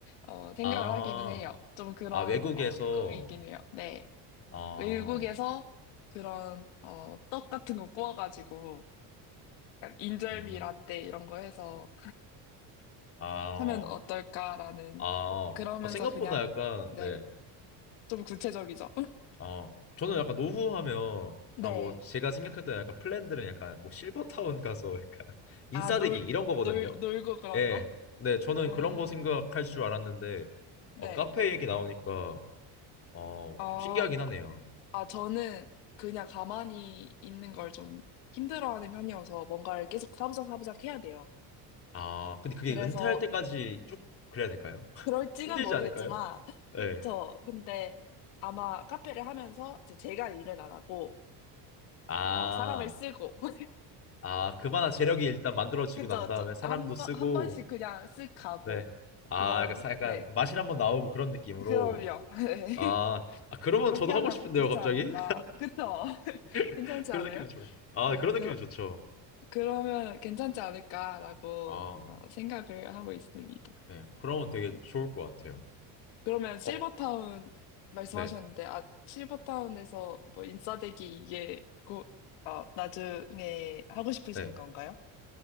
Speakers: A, on the left (about 85°); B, on the left (about 30°).
A: 어, 생각을
B: 아,
A: 하기는 해요. 좀 그런
B: 아, 외국에서
A: 어, 꿈이 있긴 해요. 네.
B: 아,
A: 외국에서 그런 어, 떡 같은 거 구워가지고 약간 인절미
B: 음,
A: 라떼 이런 거 해서
B: 아, 어,
A: 하면 어떨까라는
B: 아, 어,
A: 그러면서
B: 아, 생각보다
A: 그냥
B: 약간,
A: 네.
B: 네,
A: 좀 구체적이죠.
B: 어, 저는 약간 노후하면,
A: <laughs> 네.
B: 아, 뭐, 제가 생각했던 약간 플랜들은 약간, 뭐, 실버타운 가서 약간, <laughs> 인싸대기,
A: 아, 놀,
B: 이런 거거든요.
A: 놀, 놀고 그런
B: 예,
A: 거.
B: 네, 저는
A: 음,
B: 그런 거 생각할 줄 알았는데,
A: 네.
B: 어, 카페 얘기 나오니까, 어,
A: 아,
B: 좀 신기하긴 하네요.
A: 아, 저는 그냥 가만히 있는 걸 좀 힘들어하는 편이어서 뭔가를 계속 사부작 사부작 해야 돼요.
B: 아, 근데 그게
A: 그래서
B: 은퇴할 때까지 쭉 그래야 될까요? <laughs>
A: 그럴지는
B: 힘들지
A: 모르겠지만,
B: 않을까요?
A: <laughs>
B: 네.
A: 그쵸. 근데 아마 카페를 하면서 이제 제가 일은 안 하고,
B: 아.
A: 어, 사람을 쓰고, <laughs>
B: 아, 그만한 재력이 일단 만들어지고
A: 그쵸,
B: 난 다음에
A: 그쵸.
B: 사람도
A: 한 번,
B: 쓰고,
A: 한 번씩 그냥 쓱 가고,
B: 네. 아,
A: 그런,
B: 약간, 사- 약간
A: 네.
B: 맛이 한번 나오고 그런 느낌으로.
A: 그럼요. <laughs> 네.
B: 아, 아, 그러면
A: 그렇게
B: 저도
A: 하면
B: 하고 싶은데요,
A: 좋지
B: 갑자기?
A: 않을까. 그쵸? <laughs> 괜찮지
B: <laughs> 그런
A: 않아요?
B: 느낌이 좋아요. 아,
A: 네.
B: 그런
A: 그,
B: 느낌이 좋죠.
A: 그러면 괜찮지 않을까라고
B: 아,
A: 어, 생각을 하고 있습니다.
B: 네. 그러면 되게
A: 네.
B: 좋을 것 같아요.
A: 그러면 실버타운
B: 어,
A: 말씀하셨는데,
B: 네.
A: 아, 실버타운에서 뭐 인싸되기 이게 고, 어, 나중에 하고 싶으신
B: 네.
A: 건가요?